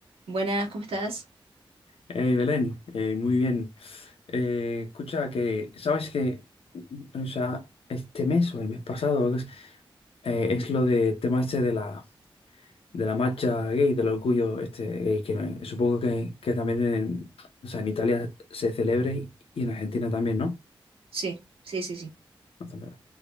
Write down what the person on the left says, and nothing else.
Hey, Belén, eh, muy bien. Eh, escucha, que sabes que, o sea, este mes o el mes pasado es, eh, es lo de tema este de la, de la marcha gay, del orgullo este gay, que eh, supongo que, que también en, o sea, en Italia se celebra y, y en Argentina también, ¿no?
No celebra.